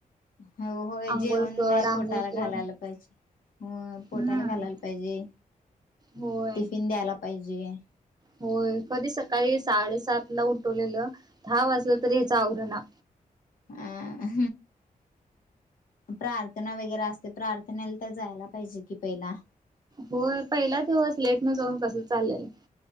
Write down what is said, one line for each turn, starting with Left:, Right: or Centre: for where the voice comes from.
Left: हो होय
Right: आंघोळ
Left: जेवण
Right: कर
Left: घ
Right: आंघोळ
Left: पोटाला
Right: कर
Left: घालायला पाहिजे हो पोटायला
Right: हम्म
Left: घालायला पाहिजे
Right: होय
Left: टिफिन द्यायला पाहिजे
Right: होय कधी सकाळी सात साडेसात ला उठवलेलं दहा वाजलं तरी याच आवराणे
Left: अ प्रार्थना वगैरे अस ते प्रार्थनेला तर जायला पाहिजे कि पहिला
Right: होय पहिला दिवस लेट न जाऊन कस चाललेल